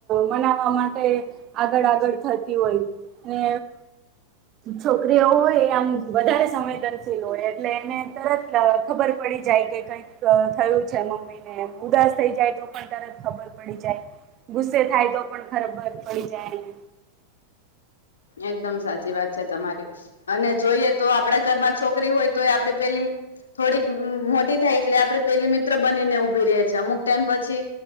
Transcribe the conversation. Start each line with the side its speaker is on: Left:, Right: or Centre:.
Right: મનાવવા માટે આગળ આગળ થતી હોય ને છોકરીઓ હોય આમ વધારે સમય ત <unintelligible> એટલે એને તરત ખબર પડી જાય કે કઈક થયું છે, મમ્મી ને ઉદાસ થઈ જાય તો પણ તરત ખબર પડી જાય ગુસ્સે થાય તો પણ ખરાબર પડી જાયને
Left: એકદમ સાચી વાત છે, તમારી અને જોઈએ તો આપડા ઘરમાં છોકરી હોય તો એ આપે પેલી થોડીક મોટી થાય એટલે આપડ પેલી મિત્ર બનીને ઊભી રે છે, અમુક ટાઈમ પછી